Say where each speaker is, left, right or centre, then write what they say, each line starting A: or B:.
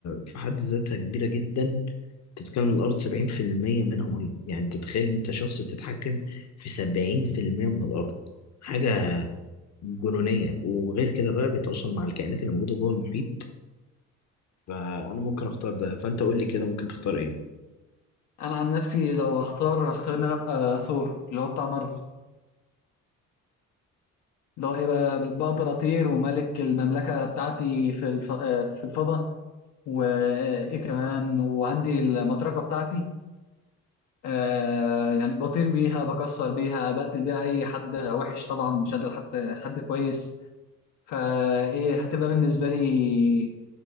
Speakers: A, on the left; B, on the left.
A: في حد ذاتها كبيره جدا انت بتتكلم الارض 70% منها ميه يعني انت تتخيل إن انت شخص بتتحكم في 70% من الارض حاجه جنونيه وغير كده بقى بيتواصل مع الكائنات اللي موجوده جوه المحيط فانا ممكن اختار ده فانت قول لي كده ممكن تختار ايه
B: انا عن نفسي لو هختار هختار ان انا ابقى ثور اللي هو بتاع مارفل اللي هو ايه بقى بقدر اطير وملك المملكه بتاعتي في الف... آه، في الفضاء وايه كمان وعندي المطرقه بتاعتي آه يعني بطير بيها بكسر بيها بقتل بيها اي حد وحش طبعا مش قادر حد حد كويس فايه هتبقى بالنسبه لي